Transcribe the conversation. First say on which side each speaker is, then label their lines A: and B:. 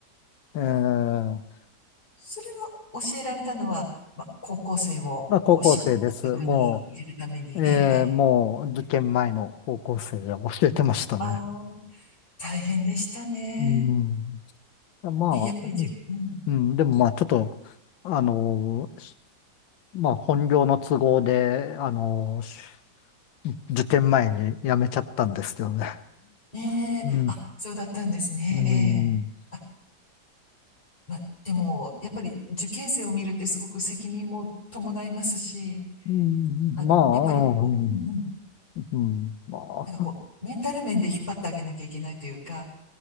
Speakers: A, on the left; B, on the left.
A: えー
B: それは教えられたのは、まあ、高校生をこう絞った役に入れるために、
A: まあ、高校生です。もう、
B: ええ、
A: ええもう受験前の高校生が教えてましたね。
B: ええ。ああ、大変でしたね。
A: うん。まあ、
B: ね、やっぱりち、うん。
A: うん、でもまあちょっと、あのー、しまあ本業の都合で、あのー、し受験前に辞めちゃったんですけどね。
B: ねえ、
A: うん。
B: あ、そうだったんですね。
A: うん。うん
B: ええ。あ、まあ、でも、やっぱり受験生を見るってすごく責任も伴いますし、
A: うんまあ、
B: あ、やっぱりこう、
A: うん。
B: うんうん。
A: うんまあ、
B: なんかこう、メンタル面で引っ張ってあげなきゃいけないというか、